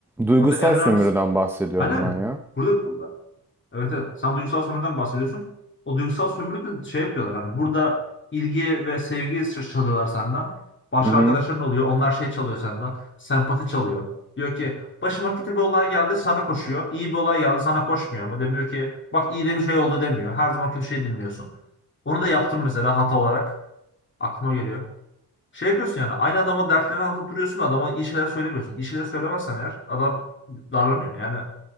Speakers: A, in the centre; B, on the left (about 30°).
A: Duygusal
B: Burada en önemlisi,
A: sömürüden bahsediyorum
B: aynen
A: ben ya.
B: burada evet evet sen duygusal sömürüden bahsediyorsun. O duygusal sömürü de şey yapıyorlar hani burada ilgi ve sevgi ç- çalıyorlar senden. Başka
A: Hı hı.
B: arkadaşların oluyor. Onlar şey çalıyor senden. Sempati çalıyor. Diyor ki başıma kötü bir olay geldi sana koşuyor. İyi bir olay geldi sana koşmuyor ama demiyor ki bak iyi de bir şey oldu demiyor. Her zaman kötü şey dinliyorsun. Onu da yaptım mesela hata olarak. Aklıma geliyor. Şey yapıyorsun yani aynı adama dertlerini anlatıp duruyorsun adama iyi şeyler söylemiyorsun. İyi şeyler söylemezsen eğer adam darlanıyor. Yani